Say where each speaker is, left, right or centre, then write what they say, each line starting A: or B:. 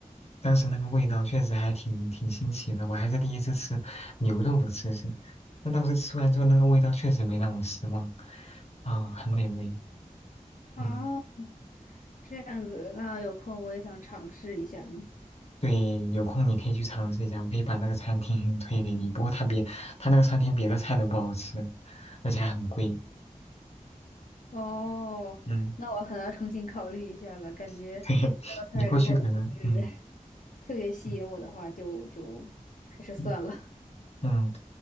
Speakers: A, on the left; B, on the left.
A: 当时那个味道确实还挺挺新奇的，我还是第一次吃牛肉的吃身。那当时吃完之后，那个味道确实没让我失望，啊、很美味。
B: 啊，
A: 嗯，
B: 这样子，那有空我也想尝试一下呢。
A: 对，有空你可以去尝试一下，我可以把那个餐厅 <laughs> 推给你。不过它比它那个餐厅别的菜都不好吃，而且还很贵。
B: 哦，
A: 嗯，
B: 那我可能要重新考虑一下了，感觉这道菜如果不是
A: <laughs> 嘿你过去可能，嗯
B: <laughs> 特别吸引我的话，
A: 嗯
B: 就就还是算了。
A: 嗯，嗯